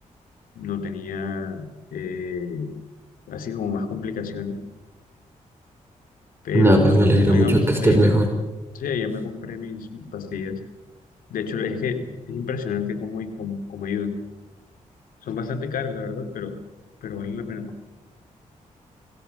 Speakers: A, on the left; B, on the right.
A: no tenía eh, así como más complicaciones. Pero
B: Nada, pues
A: bueno,
B: me alegra
A: ahí
B: mucho
A: vamos,
B: que estés
A: allá
B: mejor.
A: me, sí, allá me compré mis, mis pastillas. De hecho, es que es impresionante cómo, y cómo, cómo ayudan. Son bastante caras, la verdad, pero, pero valen la pena.